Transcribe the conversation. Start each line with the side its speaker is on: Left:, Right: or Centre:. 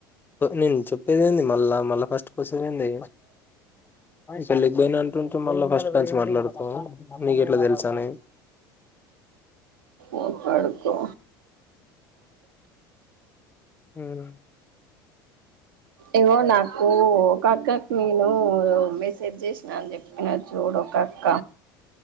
Left: నేన్ చెప్పే <unintelligible> మళ్ళా మళ్ళా ఫస్ట్ కొస్తావేందే పెళ్ళికిపోయినా అంటుంటే మళ్ళా ఫస్ట్ నుంచి మాట్లాడుతావు మీకు ఎట్లా తెలుసా అని.
Right: ఓ కొడుకో
Left: హ్మ్
Right: ఇగో నాకు ఒక అక్కకి నేను మెసే జ్ చేసిన అని చెప్పిన చూడు ఒక అక్క